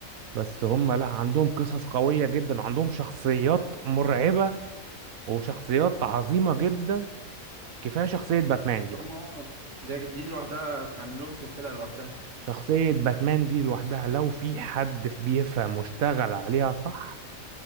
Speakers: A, on the right; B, on the right.
A: بس هم لا عندهم قصص قوية جدا عندهم شخصيات مرعبة وشخصيات عظيمة جدا كفاية شخصية باتمان دي بس
B: هما اه ده دي لوحدها تعمل لهم سلسله لوحدها
A: شخصية باتمان دي لوحدها لو في حد بيفهم واشتغل عليها صح